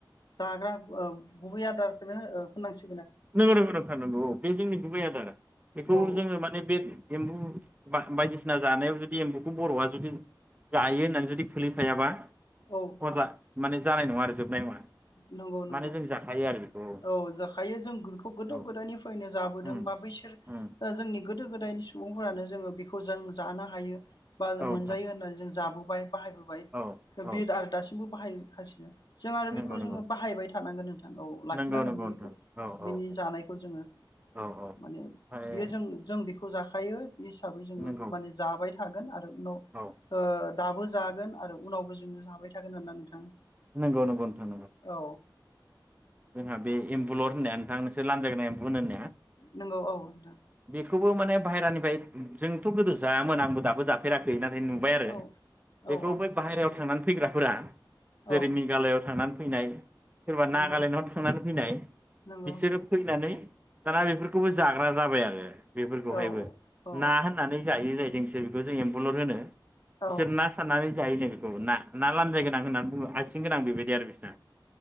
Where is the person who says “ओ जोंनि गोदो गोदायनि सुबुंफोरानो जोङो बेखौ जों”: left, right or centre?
Left